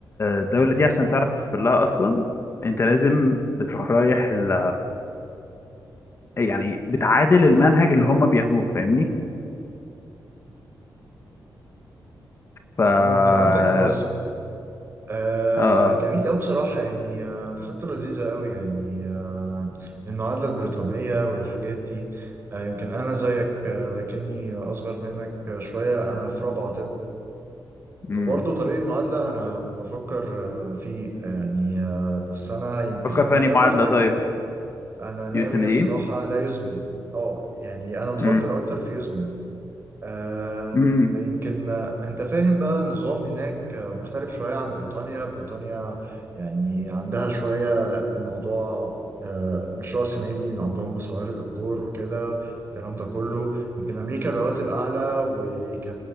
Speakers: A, on the left; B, on the right.
A: الدوله دي عشان تعرف تسافر لها اصلا انت لازم بتروح رايح ال... يعني بتعادل المنهج اللي هم بياخدوه فاهمني ف اه
B: أمم، فهمتك بص آه
A: آه.
B: جميل أوي بصراحة يعني آه دي خطة لذيذة أوي يعني آه المعادلة البريطانية والحاجات دي آه يمكن أنا زيك آه لكني أصغر منك آه، شوية أنا في رابعة طب
A: امم
B: وبرضه طريق المعادلة أنا بفكر آه، فيه يعني آه، بس أنا يمكن
A: فكر
B: أنا
A: في
B: ناوي
A: أنهي معادلة
B: على
A: طيب
B: انا ناوية
A: يو اس ام دي
B: بصراحة على يوزمني اه يعني انا بفكر
A: امم
B: اكتر في يوزمني آه
A: امم
B: يمكن آه، انت فاهم بقى النظام هناك آه، مختلف شوية عن بريطانيا بريطانيا يعني عندها شوية الموضوع آه مش رأسمالي عندهم مساواة في الأجور وكده الكلام ده كله يمكن أمريكا الرواتب أعلى وك